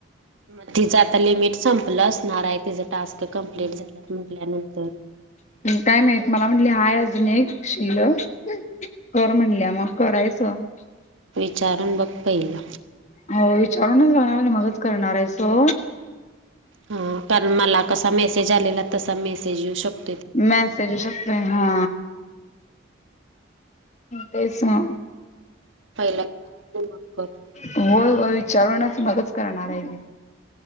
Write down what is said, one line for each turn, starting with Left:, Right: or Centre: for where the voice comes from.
Right: मग तिचं आता लिमिट संपलं असणारय तिचं आता टास्क कंमप्लीट झालं ल्यात म्हटल्यानंतर
Left: काय माहित. मला म्हटली हाय अजून एक शील्लक कर म्हणल्यीया मग करायचं <inaudible>
Right: विचारून बघ पहिला
Left: हो विचारूनच बघणार, <unintelligible> मगच करणारय सो
Right: हा, कारण मला कसा मेसेज आलेला तसा मेसेज येऊ शक
Left: मॅसेज येऊ शकतोय हा हं तेच ना
Right: पहिला विचारून बघ मग कर
Left: होय होय विचारूनच मगच करणारय मी